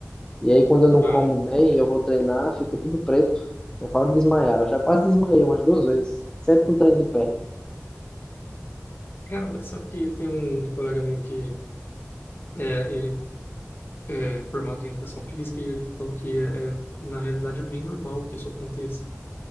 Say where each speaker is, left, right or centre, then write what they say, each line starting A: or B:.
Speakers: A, on the left; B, on the left.
A: E aí quando eu não
B: Ah,
A: como bem, eu vou treinar, fica tudo preto. Eu falo de desmaiar. Eu já quase desmaiei umas duas vezes. Sempre no treino de perna.
B: cara, mas sabe que tem um colega meu que É, ele é formado em educação física e ele falou que é, é, na realidade é bem normal que isso aconteça,